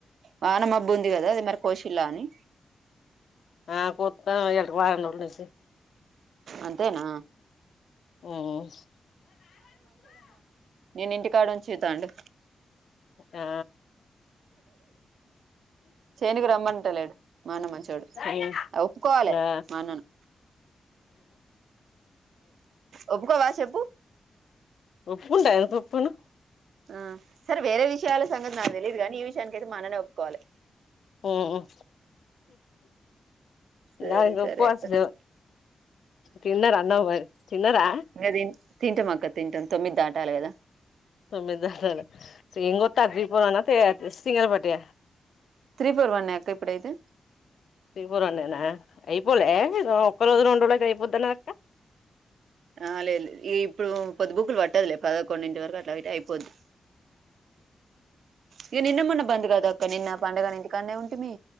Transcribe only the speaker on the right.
వాన మబ్బు ఉంది కదా, అదిమరి కోశిల్లా అని
అంతేనా
నిన్ను ఇంటికాఉంచుతాండు
చేనుకు రమ్మంటలేడు, మా అన్న మంచోడు
ఒప్పుకోవాలే
మా అన్నను, ఒప్పుకోవా చెప్
ఆ సారె వేరే విషయాల సంగతి నాకు తెలీయదు గానీ, ఈ విషయానికైతే మాన్ననే ఒప్పుకోవాలే.
సరే
సరే
అక్క
ఇఇంగ తిం తింటమక్క తింటాను తొమ్మిది దాటాలి కదా.
త్రీ ఫోర్ వన్నె అక్క ఇప్పుడయితే.
ఆ లేదు లేదు, ఈ ఇప్పుడు పొద్దు బుక్లు పట్టదులే పదకొండింటి వరకు అట్లా అయితే అయిపోద్ది. ఇగ నిన్న మొన్న బంద్గక్క నిన్న పండగనే ఇంటికాన్నె ఉంటిమి.